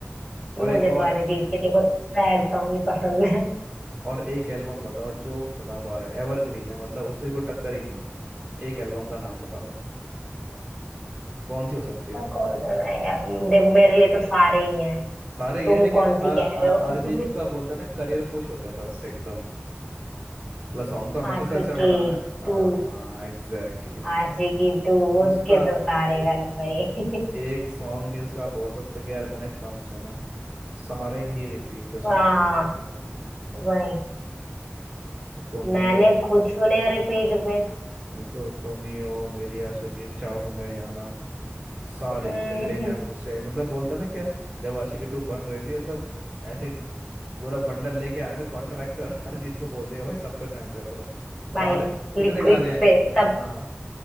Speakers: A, on the right; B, in the centre.
A: और
B: मुझे
A: एक और
B: तो अरिजीत के देखो सैड सॉन्ग ही पसंद है
A: और एक एल्बम बताओ जो सदाबहार है एवरग्रीन है मतलब उसकी कोई टक्कर ही नहीं है एक एल्बम का नाम बता दो कौन सी हो सकती
B: ऐसा
A: है वो
B: कौन सा है यार? देखो मेरे लिए तो सारे ही हैं
A: सारे ही
B: तुम
A: है लेकिन
B: कौन सी
A: अ-
B: कह रहे
A: अ-
B: हो
A: अरिजीत
B: <laughs>
A: का बोलते हैं ना करियर पुश हो गया था उससे एकदम मतलब सॉन्ग तो हमेशा
B: आशिकी
A: से अच्छा बना रहा है हाँ
B: टू
A: हाँ एग्जैक्टली
B: आशिकी टू उसके
A: उसका
B: तो सारे गाने भाई
A: एक सॉन्ग नहीं उसका बोल सकते कि यार मैंने कम सुना है सारे ही रिपीट पे सुने
B: <laughs> हाँ
A: सारे ही।
B: वही
A: तुम
B: मैंने
A: ही हो
B: खुद सुने रिपीट पे
A: नहीं तो तुम ही हो मेरी आशिकी चाहूं मैं या ना सारे
B: <laughs>
A: मिल ले हैं
B: हम्म
A: मुझसे मतलब बोलता ना क्या जब आशिकी टू बन रही थी तो ऐसे पूरा बंडल लेके आएंगे कॉन्ट्रैक्ट के और <laughs> अरिजीत को बोल देगा भाई सब पे साइन कर दो
B: भाई
A: सारे कितने
B: लिखो
A: गाने
B: इस
A: हैं
B: पे सब
A: हाँ
B: <laughs>